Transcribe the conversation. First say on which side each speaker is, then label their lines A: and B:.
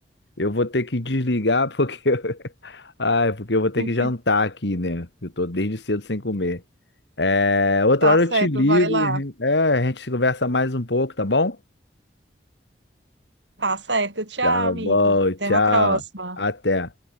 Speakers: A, on the left (about 75°); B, on the right (about 85°).
A: Eu vou ter que desligar porque. <laughs> Ai, porque eu vou ter
B: <laughs>
A: que jantar aqui, né? Eu tô desde cedo sem comer. É, outra
B: Tá
A: hora
B: certo,
A: eu te ligo
B: vai lá.
A: e a gente é, a gente conversa mais um pouco, tá bom?
B: Tá certo. Tchau,
A: Tá
B: amigo.
A: bom,
B: Até
A: tchau.
B: uma próxima.
A: Até.